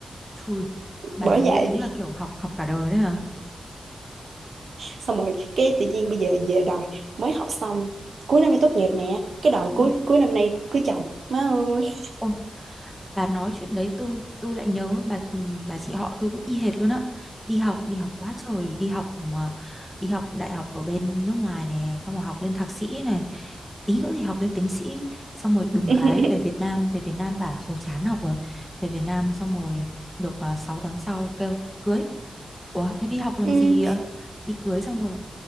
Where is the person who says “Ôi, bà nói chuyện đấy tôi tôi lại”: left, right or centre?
Centre